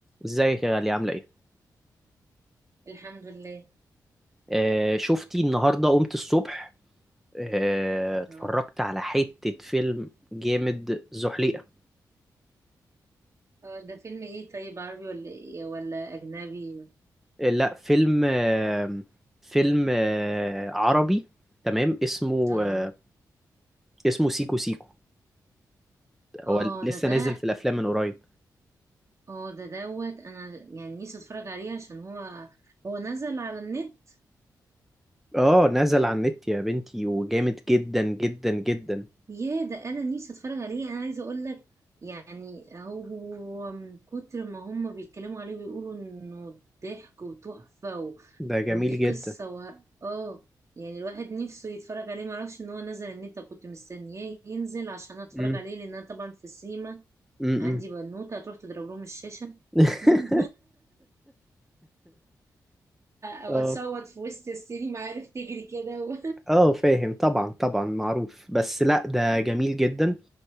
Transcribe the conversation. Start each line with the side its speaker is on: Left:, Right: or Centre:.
Centre: ازيك يا غالية عاملة ايه؟
Right: الحمد لله
Centre: آه شفتي النهاردة قمت الصبح آه اتفرجت
Right: اه
Centre: على حتة فيلم جامد زحليقة
Right: هو ده فيلم ايه طيب عربي ولا إيه ولا اجنبي
Centre: آه لا فيلم آه فيلم آه عربي تمام اسمه
Right: اه
Centre: آه اسمه سيكو سيكو هو
Right: اه
Centre: لسه
Right: ده ده
Centre: نازل في الأفلام من قريب
Right: اه ده دوت انا يعني نفسي اتفرج عليه عشان هو هو نزل على النت
Centre: اه نزل على النت يا بنتي وجامد جدا جدا جدا
Right: يا ده انا نفسي اتفرج عليه انا عايزه اقول لك يعني هو هو من كتر ما هم بيتكلموا عليه بيقولوا انه ضحك وتحفه و...
Centre: ده جميل
Right: وليه
Centre: جدا
Right: قصه و... اه يعني الواحد نفسه يتفرج عليه معرفش ان هو نزل النت كنت مستنياه ينزل عشان اتفرج
Centre: امم
Right: عليه لان انا طبعا في السينما
Centre: امم
Right: عندي بنوته هتروح تضرب لهم الشاشه
Centre: <laughs>
Right: <laughs> او
Centre: اه
Right: اتصوت في وسط السينما عارف تجري كده و...
Centre: اه فاهم طبعا طبعا معروف بس لا ده جميل جدا